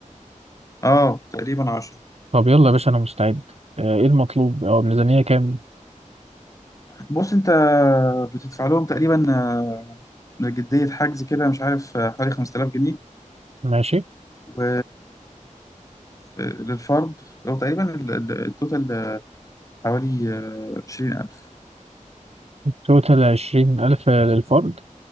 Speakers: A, on the left (about 25°); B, on the right (about 50°).
A: اه تقريبا عشرة
B: طب يلا يا باشا انا مستعد آه، ايه المطلوب او الميزانية كام
A: بص انت بتدفع لهم تقريبا آه، جدية حجز كده مش عارف آه، حوالي 5000 جنيه
B: ماشي
A: و للفرد هو تقريبا ال- ال- التوتال حوالي آه، عشرين ألف
B: توتال 20000 للفرد